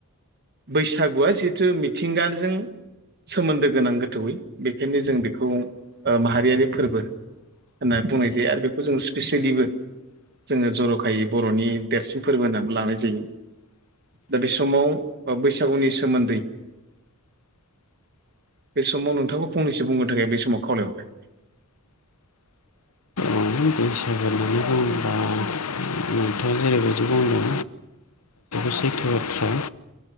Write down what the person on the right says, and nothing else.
बैसागुआ जिहेथु मिथिंगाजों सोमोन्दो गोनां गोथौयै बेखायनो जों बेखौ माहारियारि फोरबो होनना बुंनाय जायो आरो बे बे खौ जोङो स्पेसियेलिबो जोङो जर'खायै बर'नि देरसिन फोरबो होननानै लानाय जायो दा बे समाव बैसागुनि सोमोन्दै बे समाव नोंथांखौ फंनैसो बुंगोरनो थाखाय आं बे समाव खावलायहरबाय